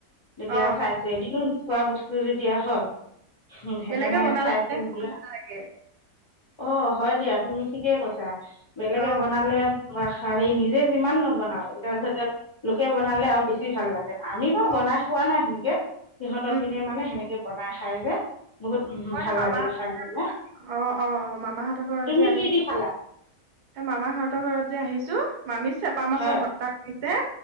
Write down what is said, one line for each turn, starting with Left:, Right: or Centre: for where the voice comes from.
Left: তেতিয়া
Right: অ
Left: চাইছো এদিনো নোখোৱা বস্তু যেতিয়া হয়, উ সেইকাৰণে
Right: বেলেগে বনালে
Left: চাই আছো
Right: খাই
Left: বিলাক।
Right: ভাল লাগে
Left: অ হয় দিয়া তুমি ঠিকে কৈছা। বেলেগে
Right: অ
Left: বনালে বা খা হি নিজে যিমান নবনাওক, তাৰ পিছত যে লোকে বনালে আও বেছি ভাল লাগে। আমি বাৰু
Right: অ
Left: বনাই খোৱা নাই সেনেকে। সিহঁতৰ
Right: উম,
Left: পিনে মানে সেনেকে বনাই খাই যে, বহুত উম ভাল
Right: মামাহাতৰ
Left: লাগিল খাই
Right: পৰা,
Left: পেলাই
Right: অ-অ-অ মামাহাতৰ পৰা
Left: তুমি
Right: যে আহি
Left: কি দি খালা
Right: এ মামাৰ হঁতৰ ঘৰত যে আহিছো, মামী চেপা মাছৰ
Left: হয়
Right: ভত্তা দিছে